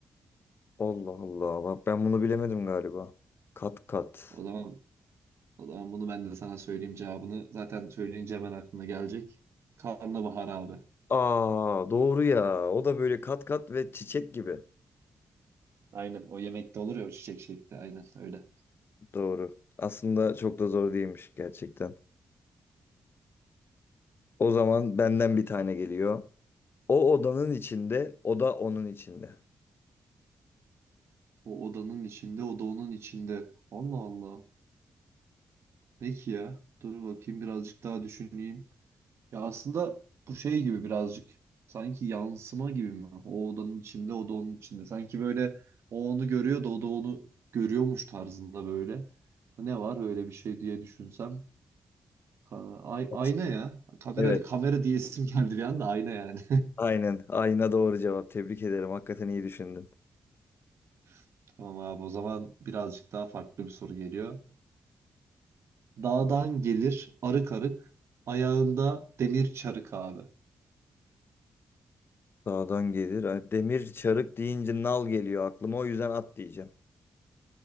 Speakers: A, on the left (about 55°); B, on the right (about 75°).
A: Allah Allah. Bak ben bunu bilemedim galiba. Kat kat.
B: O zaman O zaman bunu ben de sana söyleyeyim cevabını. Zaten söyleyince hemen aklına gelecek. Karnabahar abi.
A: Aa doğru ya. O da böyle kat kat ve çiçek gibi.
B: Aynen o yemekte olur ya o çiçek şekli. Aynen öyle.
A: Doğru. Aslında çok da zor değilmiş gerçekten. O zaman benden bir tane geliyor. O odanın içinde, o da onun içinde.
B: O odanın içinde, o da onun içinde. Allah Allah. Ne ki ya? Dur bakayım birazcık daha düşüneyim. Ya aslında bu şey gibi birazcık. Sanki yansıma gibi mi? O odanın içinde, o da onun içinde. Sanki böyle o onu görüyor da o da onu görüyormuş tarzında böyle. Ne var öyle bir şey diye düşünsem. Ha, ay-
A: Evet.
B: ayna ya. Kamera
A: Evet.
B: kamera diyesim geldi bir anda ayna yani.
A: Aynen. Ayna doğru cevap. Tebrik ederim. Hakikaten iyi düşündün.
B: <laughs> Tamam abi o zaman birazcık daha farklı bir soru geliyor. Dağdan gelir arık arık ayağında demir çarık abi.
A: Dağdan gelir. Ay, Demir çarık deyince nal geliyor aklıma. O yüzden at diyeceğim.